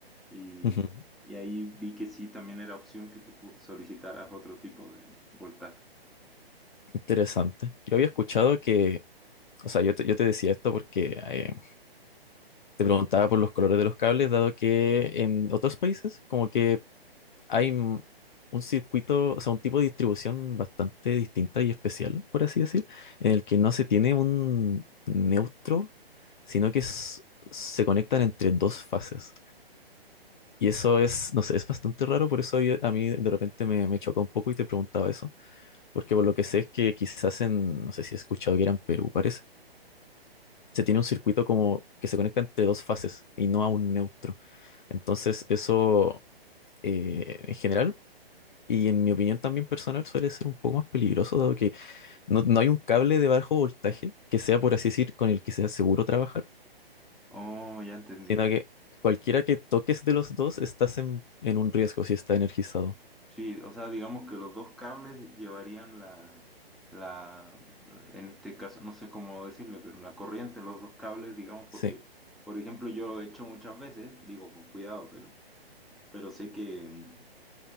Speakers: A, in the centre; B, on the left.
A: y,
B: ujú.
A: y ahí vi que sí, también era opción que tú pu- solicitaras otro tipo de voltaje.
B: Interesante. Yo había escuchado que, o sea, yo te, yo te decía esto porque eh, te preguntaba por los colores de los cables, dado que en otros países como que hay mm, un circuito, o sea, un tipo de distribución bastante distinta y especial, por así decir, en el que no se tiene un neutro, sino que s- se conectan entre dos fases. Y eso es, no sé, es bastante raro, por eso yo- a mí de repente me, me chocó un poco y te preguntaba eso, porque por lo que sé es que quizás en, no sé si he escuchado que era en Perú, parece se tiene un circuito como que se conecta entre dos fases y no a un neutro. Entonces, eso eh, en general, y en mi opinión también personal, suele ser un poco más peligroso, dado que no, no hay un cable de bajo voltaje que sea, por así decir, con el que sea seguro trabajar,
A: Oh, ya entendí.
B: sino que cualquiera que toques de los dos estás en, en un riesgo si está energizado.
A: Sí, o sea, digamos que los dos cables llevarían la, la, en este caso, no sé cómo decirle, pero la corriente, los dos cables, digamos,
B: Sí.
A: porque, por ejemplo, yo lo he hecho muchas veces, digo con cuidado, pero, pero sé que... mm,